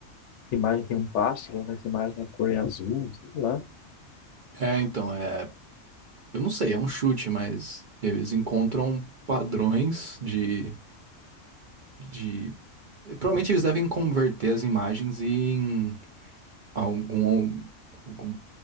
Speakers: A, on the left; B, on the right.
A: imagem tem um pássaro, nessa imagem é a cor é azul, sei lá.
B: É, então, é, eu não sei, é um chute, mas eles encontram padrões de, de Provavelmente eles devem converter as imagens em algum, algum-